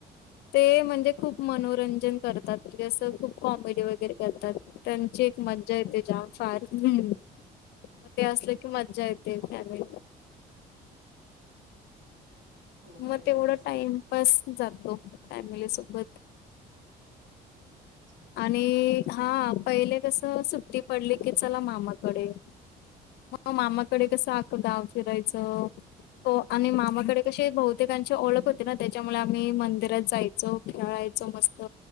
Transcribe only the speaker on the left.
ते म्हणजे खूप मनोरंजन करतात म्हणजे असं खूप कॉमेडी वगैरे करतात त्यांची एक
मज्जा येते जा फार मग ते
असले मजा येते फॅमिली
मग
तेवढा
टाइमपास जातो फॅमिली सोबत
आणि हा पहिले कसं सुट्टी पडली की चला मामाकडे मग मामाकडे कसं आखं गाव फिरायचं हो आणि मामाकडे कशी बहुतेकांची ओळख होती ना त्याच्यामुळे आम्ही मंदिरात जायच. खेळायच मस्त